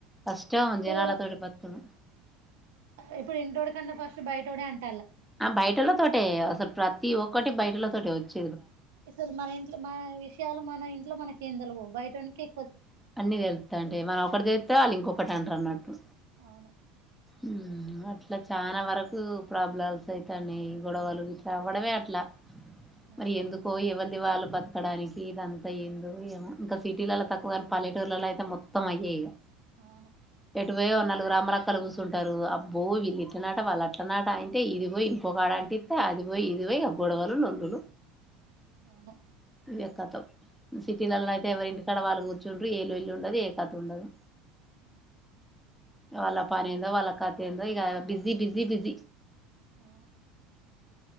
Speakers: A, in the centre; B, on the right (about 75°).
A: కష్టం
B: ఎటు
A: జనాలతోటి బతుకుడు
B: ఇప్పుడు ఇంటోడు కన్నా ఫస్ట్ బయటోడే అంట
A: ఆ బయటలో తోటే అసలు ప్రతి ఒక్కటి బయటిల్లా తోటే వాచ్
B: అసలు మన ఇంట్లో మన విషయాలు మన ఇంట్లో మనకి ఏందలవు బయట నికి
A: అన్నీ తేలుత్తంటాయ్ మన ఒకటి తెలీతే వాళ్ళ ఇంకొక అప్పటంట అన్నట్టు
B: అవును
A: ఉమ్ అట్లా చాలా వరకు ప్రాబ్లమ్స్ అయితాండి గొడవలు ఇట్లా అవడమే అట్లా
B: ఆ
A: మరి ఎందుకో ఎవళ వాళ్ళు బతకడానికి ఇదంతా ఏందో ఇంకా సిటీల అ తక్కువ పల్లెటూర్లలో అయితే మొత్తం అయ్యే ఇగ
B: అవును
A: ఎటు పోయి నాలుగు అమ్మలక్కలు కూర్చుంటారు అబ్బో వీళ్ళు ఇట్లనట వాళ్ళ అట్లనాట అంటే ఇది పోయి ఇంకొక ఆడ అంటి ఇస్తే అది పోయి ఇది పోయి గొడవలు లొల్లులు
B: అవును
A: ఇవేం కథో సిటీలలో అయితే ఎవరి ఇంటి కాడ వాలుగు చూండ ఏలొల్లి ఉండదు ఏ కథ ఉండదు
B: ఆ
A: వాళ్ళ పని ఏందో వాళ్ళకథ ఏందో ఈ బిజీ బిజీ బిజి
B: అవును